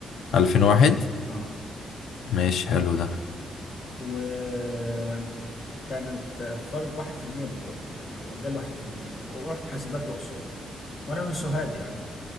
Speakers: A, on the left; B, on the left.
A: الفين واحد
B: اه
A: ماشي حلو ده
B: وكانت فرق 1% بالضبط يعني او اقل 1% ورحت حاسبات الاقصر وانا من سوهاج يعني